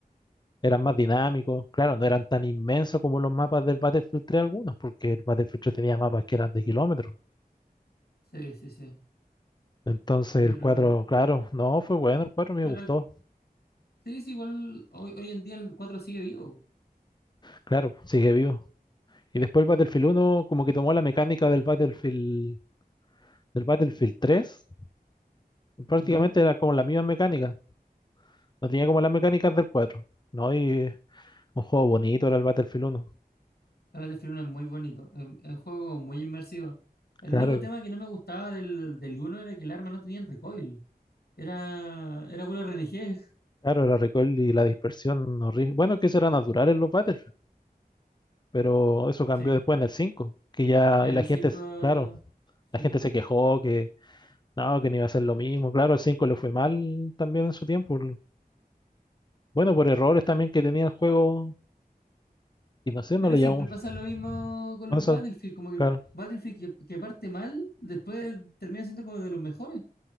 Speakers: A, on the left (about 30°); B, on the left (about 75°).
A: eran más dinámicos. Claro, no eran tan inmensos como los mapas del Battlefield 3 algunos, porque el Battlefield 3 tenía mapas que eran de kilómetros.
B: Sí, sí, sí.
A: Entonces
B: Pero
A: el 4, claro, no, fue bueno, el 4 me
B: pero
A: gustó.
B: sí, sí, igual hoy, hoy en día el cuatro sigue vivo,
A: Claro, sigue vivo. Y después el Battlefield uno como que tomó la mecánica del Battlefield del Battlefield 3, prácticamente
B: ¿no?
A: era como la misma mecánica. No tenía como las mecánicas del cuatro No, y un juego bonito era el Battlefield uno
B: El Battlefield 1 es muy bonito, es es un juego muy inmersivo. El
A: Claro,
B: único tema que no me gustaba del, del uno era que el arma no tenía recoil. Era, era puro RNG. <laughs>
A: claro, el recoil y la dispersión horrible. Bueno, que eso era natural en los Battlefield, pero eso cambió
B: Sí,
A: después en el 5 que ya
B: en
A: la
B: el
A: gente,
B: 5,
A: s- claro,
B: sí,
A: la gente
B: po.
A: se quejó que no, que no iba a ser lo mismo. Claro, el 5 le fue mal también en su tiempo. Bueno, por errores también que tenía el juego y no sé, no
B: Pero
A: le
B: siempre
A: llamamos.
B: pasa lo mismo con
A: Bueno,
B: los
A: eso,
B: Battlefield, como que
A: claro.
B: Battlefield que, que parte mal, después termina siendo como de los mejores.